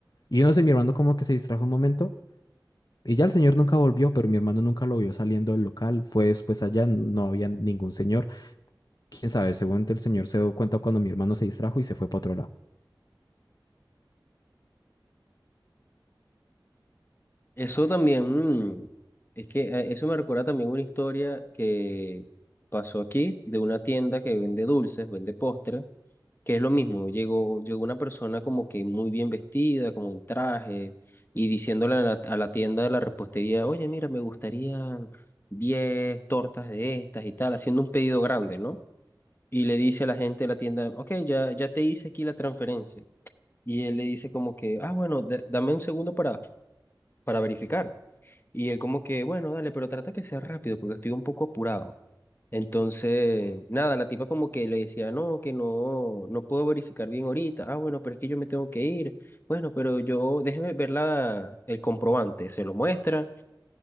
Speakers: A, on the left; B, on the left.
A: Y yo no sé, mi hermano como que se distrajo un momento y ya el señor nunca volvió, pero mi hermano nunca lo vio saliendo del local. Fue después allá, no había ningún señor. Quién sabe, seguramente el señor se dio cuenta cuando mi hermano se distrajo y se fue para otro lado.
B: Eso también, mm, es que eh, eso me recuerda también una historia que pasó aquí de una tienda que vende dulces, vende postres, que es lo mismo. Llegó, llegó una persona como que muy bien vestida, como en traje, y diciéndole a la, a la tienda de la repostería, oye, mira, me gustarían 10 tortas de estas y tal, haciendo un pedido grande, ¿no? Y le dice a la gente de la tienda, ok, ya, ya te hice aquí la transferencia. Y él le dice como que, ah, bueno, da- dame un segundo para, para verificar. Y él como que, bueno, dale, pero trata que sea rápido porque estoy un poco apurado. Entonces, nada, la tipa como que le decía, no, que no, no puedo verificar bien ahorita. Ah, bueno, pero es que yo me tengo que ir. Bueno, pero yo, déjeme ver la, el comprobante. Se lo muestra.